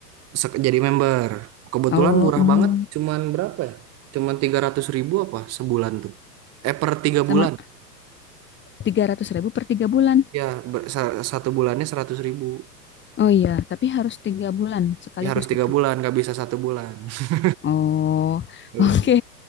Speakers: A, on the right; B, on the left.
A: Sek- Jadi member. Kebetulan
B: Oh,
A: murah
B: mm,
A: banget, cuman berapa ya? Cuman 300 ribu apa sebulan tuh? Eh, per tiga
B: sama
A: bulan.
B: tiga ratus ribu per tiga bulan.
A: Ya, ber- sa- satu bulannya 100 ribu.
B: Oh iya, tapi harus tiga bulan sekaligus
A: ya harus tiga
B: gitu.
A: bulan nggak bisa satu bulan <laughs>
B: Oh, <laughs>
A: Nggak
B: oke.
A: bisa